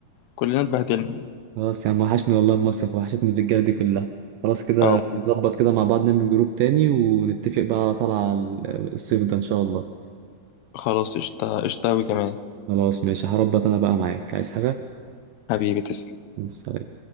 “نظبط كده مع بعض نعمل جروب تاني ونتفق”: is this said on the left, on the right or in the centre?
Right